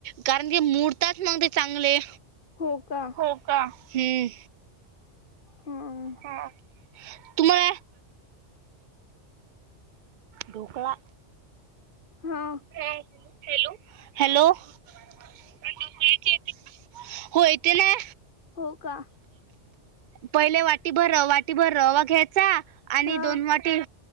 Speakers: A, on the right; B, on the left.
A: कारण ते मुरतात मग ते चांगले.
B: हो का?
A: हो का हम्म
B: हम्म.
A: ह तुम्हाला ढोकळा
B: हा
A: हॅलो हॅलो ढोकळ्याची होय ते ना
B: हो का?
A: पहिले वाटी भर वाटी भर रवा घ्यायचा आणि
B: हा
A: दोन वाटी